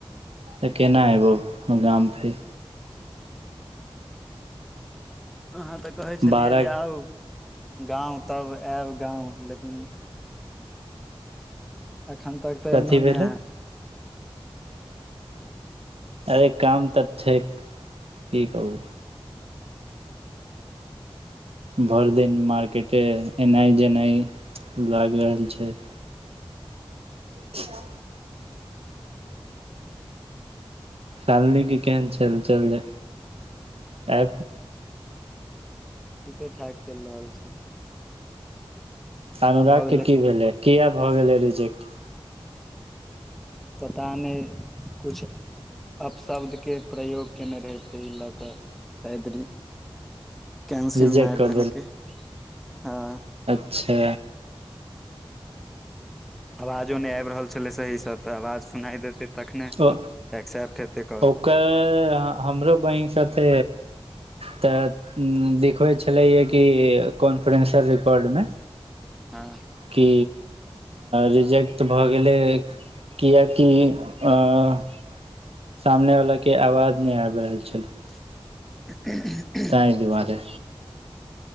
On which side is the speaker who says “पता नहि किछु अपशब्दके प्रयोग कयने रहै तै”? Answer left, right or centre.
Centre